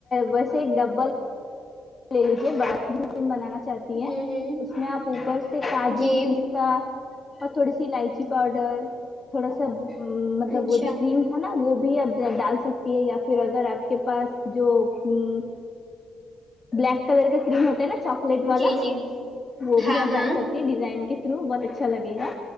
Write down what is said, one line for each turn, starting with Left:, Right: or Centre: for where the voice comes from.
Left: ویسے ایک ڈبل لے لیجے بعد میں آئس کریم بنانا چاہتی
Right: ہوں
Left: ہے
Right: ہوں
Left: اپر سے کاجو
Right: جی
Left: پستا اور تھوڑی سی الائچی پاؤڈر تھوڑا سا مطلب
Right: اچھا
Left: وہ جو کریم ہے نا وہ بھی آپ ڈال سکتی ہے یا پھر اگر آپ کے پاس جو ہم بلیک کلر کا کریم ہوتا ہے نا چاکلیٹ والا
Right: جی جی
Left: وہ
Right: ہاں
Left: بھی آپ
Right: ہاں
Left: ڈال سکتے ڈیزائن کے تھرو بہت اچھا لگےا